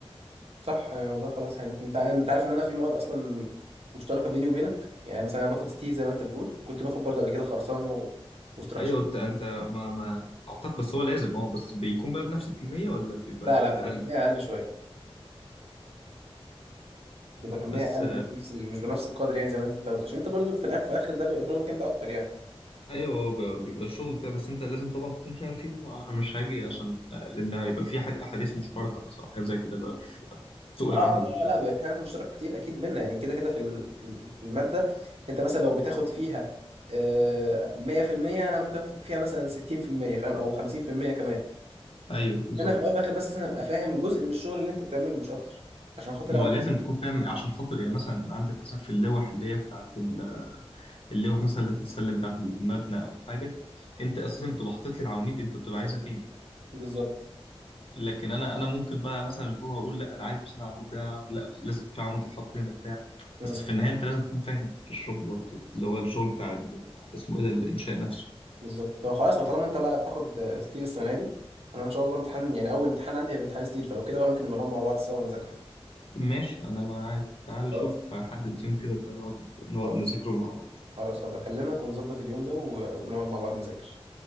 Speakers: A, on the right; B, on the left.
A: صح يعني والله خلاص يعني انت انت عارف ان انا في مواد اصلا مشتركه بيني وبينك يعني مثلا انا باخد ستي زي ما انت بتقول وكنت باخد برضه قبل كده خرسانه و... وستراكشر
B: ايوه انت انت ما ما اعتقد بس هو لازم اه بس بيكون بقى بنفس الكميه ولا بيبقى
A: لا لا بتبقى
B: اقل
A: كميه اقل شويه بتبقى كميه
B: بس
A: اقل مش بنفس ال- مش بنفس القدر يعني زي ما انت بتاخده عشان انت برضه في الاخر في اخر ده بيبقى شغلك انت اكتر يعني
B: ايوه هو بي- بيبقى الشغل بتاعي بس انت لازم طبعا تكون فاهم فيه طبعا انا مش هاجي عشان لا- لان هيبقى في حد احاديث مشتركه مثلا حاجات زي كده بقى في سوق
A: اه
B: العمل
A: اه
B: وبتاع
A: آه، لا بيبقى في حاجات مشتركه كتير اكيد بينا يعني كده كده في ال- في ال- في الماده انت مثلا لو بتاخد فيها آه، 100% انا ممكن اخد فيها مثلا 60% فاهم او 50% كمان
B: ايوه بالظبط
A: انا في الاول وفي الاخر بس لازم ابقى فاهم جزء من الشغل اللي انت بتعمله مش اكتر عشان خاطر
B: ما
A: أوعى.
B: هو لازم تكون فاهم عشان خاطر يعني مثلا عندك مثلا في اللوح اللي هي بتاعت ال- اللوح مثلا اللي هتتسلم بتاعت المبنى او حاجه انت اساسا بتبقى حاطط لي العواميد دي انت بتبقى عايزها فين
A: بالظبط
B: لكن انا انا ممكن بقى مثلا اللي هو اقول لا انا عايز مثلا العمود ده لا لازم في عمود يتحط هنا بتاع
A: مم.
B: بس في النهايه انت لازم تكون فاهم في الشغل برضه اللي هو الشغل بتاع ال- اسمه ايه ده الانشاء نفسه
A: بالظبط طب خلاص طالما انت بقى بتاخد آه، ستيل السنه دي انا ان شاء الله امتحان يعني اول امتحان عندي هيبقى امتحان ستيل فلو كده بقى ممكن نبقى نقعد مع بعض سوا نذاكره
B: ماشي أنا معاك تعال
A: خلاص
B: شوف حدد يوم كده نقعد نقعد
A: خلاص
B: نذاكره مع بعض
A: خلاص هبقى اكلمك ونظبط اليوم ده و- ونقعد مع بعض نذاكر